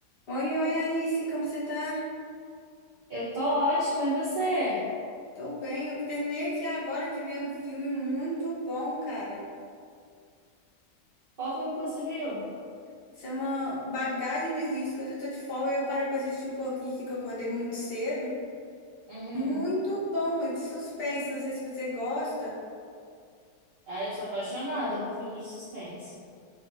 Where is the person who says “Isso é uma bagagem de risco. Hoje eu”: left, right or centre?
Left